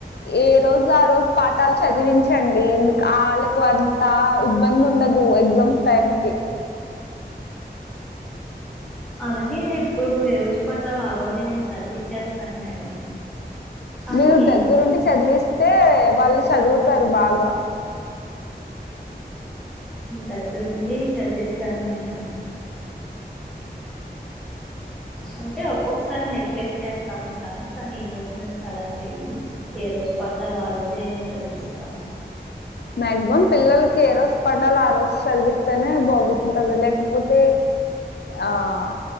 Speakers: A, on the left; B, in the centre.
A: ఏ రోజు ఆ రోజు పాఠాలు చదివించండి. మీకు ఆ అంతా ఇబ్బంది ఉండదు ఎగ్జామ్స్ టైమ్ కీ
B: అలాగే ఇప్పుడు ఏ రోజు పాఠల్ ఆ రోజే నేను చదివిచ్చేస్తాను మేడం. కానీ
A: నువు దగ్గరుండి చదివిస్తే వాళ్ళు చదువుతారు బాగా
B: దగ్గరుండి చదివిస్తాను మేడం అంటే ఒక్కొక్కసారి నెగ్లెక్ట్ చేస్తా ఉంటాను కానీ, ఈ రోజు నుంచి అలా చేయను. ఏ రోజు పాఠాల్ ఆ రోజే చదివిస్తా
A: మ్యాక్సిమమ్ పిల్లలకి ఏ రోజు. పెట్టాలా ఆ రోజు చదివిస్తేనే బాగుంటది లేకపోతే ఆహ్.